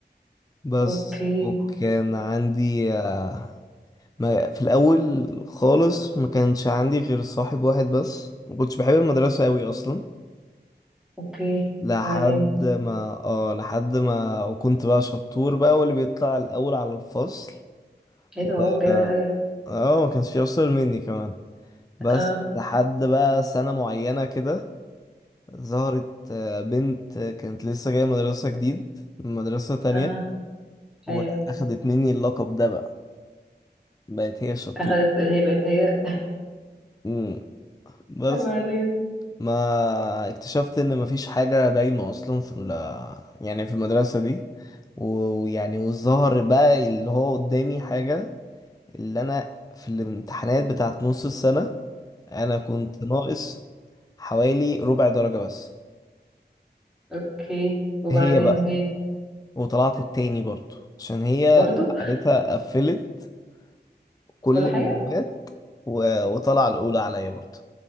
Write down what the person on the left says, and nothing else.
بس
وكان عندي آه، ما في الاول خالص ما كانش عندي غير صاحب واحد بس ما كنتش بحب المدرسة قوي اصلا
لحد
ما اه لحد ما وكنت بقى شطور بقى واللي بيطلع الاول على الفصل
وبقى
اه
آه، ما كانش في اشطر مني كمان بس
لحد بقى سنة معينة كده ظهرت آه، بنت آه، كانت لسه جاية مدرسة جديد من مدرسة تانية
وأخدت
مني اللقب ده بقى بقت هي الشطور
مم. بس
ما اكتشفت إن مفيش حاجة دايمة أصلا في ال- يعني في المدرسة دي و- ويعني والظهر بقى اللي هو قدامي حاجة اللي أنا في الامتحانات بتاعت نص السنة أنا كنت ناقص حوالي ربع درجة بس
هي بقى
وطلعت التاني برضو عشان هي
قعدتها قفلت كل
المواد و... وطلع الأولى عليا برضو